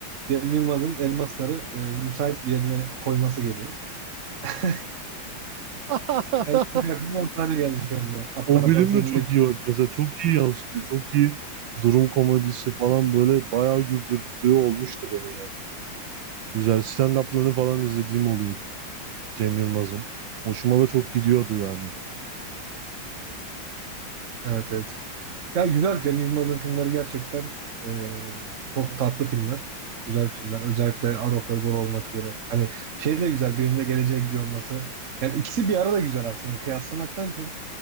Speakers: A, on the right; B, on the right.
A: Cem Yılmaz'ın elmasları e, müsait bir yerine koyması geliyor. <laughs>
B: <laughs>
A: Yani çünkü aklıma o sahne geldi şu anda. At
B: O
A: arabasındaki.
B: bölüm de çok iyi. bak. Mesela çok iyi yansıtıyor. Çok iyi durum komedisi falan böyle bayağı güldürücü olmuştu beni yani. Güzel stand-up'larını falan izlediğim oluyordu Cem Yılmaz'ın. Hoşuma da çok gidiyordu yani.
A: Evet evet. Ya güzel Cem Yılmaz'ın filmleri gerçekten e, çok tatlı filmler. Güzel filmler. Özellikle Arok ve Bor olmak üzere. Hani şey de güzel birinde geleceğe gidiyor olması. Yani ikisi bir arada güzel aslında. Hani kıyaslamaktan çok